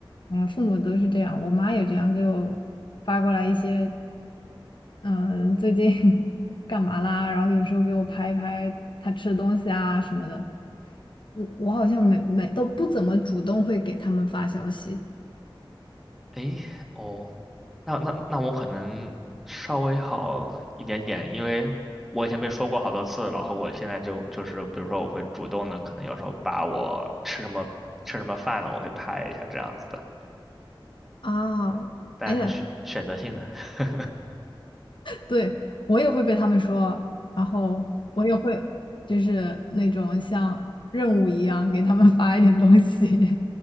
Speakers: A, on the left; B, in the centre.
A: 嗯，父母都是这样，我妈也这样，就发过来一些，嗯、最近 <laughs> 干嘛啦？然后有时候给我拍一拍她吃的东西啊什么的。我我好像没没都不怎么主动会给他们发消息
B: 诶，哦，那那那我可能稍微好一点点，因为我以前被说过好多次，然后我现在就就是，比如说我会主动的，可能有时候把我吃什么吃什么饭了，我会拍一下这样子的，
A: 啊。
B: 但是选选择性的。
A: 哎呀，
B: <laughs>
A: 对，我也会被他们说，然后我也会就是那种像任务一样给他们发一点东西。